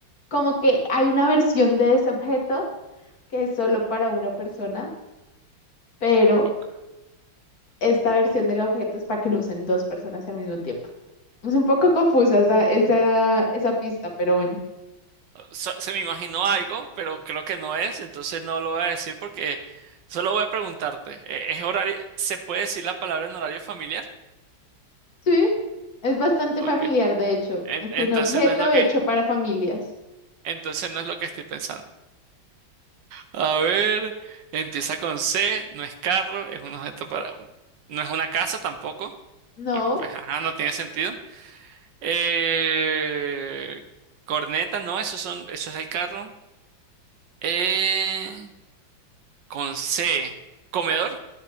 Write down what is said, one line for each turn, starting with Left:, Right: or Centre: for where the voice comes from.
Left: Como que hay una versión de ese objeto que es solo para una persona, pero
Right: ok,
Left: esta versión
Right: ok.
Left: del objeto es para que lo usen dos personas al mismo tiempo. Es un poco confusa esa, esa, esa pista, pero bueno.
Right: So- se me imaginó algo, pero creo que no es, entonces no lo voy a decir porque solo voy a preguntarte. Eh, ¿Es horario? ¿Se puede decir la palabra en horario familiar?
Left: Sí, es bastante
Right: Ok.
Left: familiar, de hecho.
Right: En-
Left: Es
Right: entonces
Left: un objeto
Right: no es lo
Left: hecho
Right: que,
Left: para familias.
Right: entonces no es lo que estoy pensando. A ver, empieza con C, no es carro, es un objeto para... No es una casa tampoco,
Left: No,
Right: porque pues, ajá, no tiene sentido. Eh, corneta, no, eso son, eso es el carro. Eh, con C, comedor.